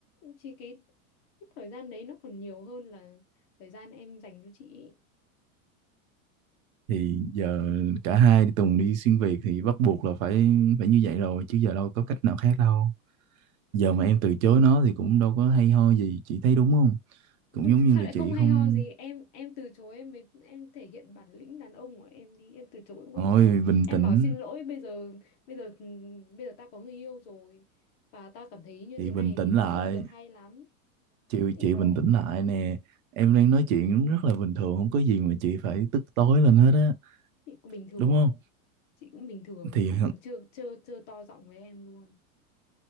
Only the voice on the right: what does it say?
thì giờ cả hai đi Tùng đi xuyên Việt thì bắt buộc là phải phải như vậy rồi chứ giờ đâu có cách nào khác đâu giờ mà em từ chối nó thì cũng đâu có hay ho gì chị thấy đúng không cũng
giống
như
là
chị
không
ôi
bình
tĩnh
chị
bình tĩnh
lại
chị
chị
bình tĩnh lại nè em đang nói chuyện rất là bình thường không có gì mà chị phải tức tối lên hết á
đúng không
thì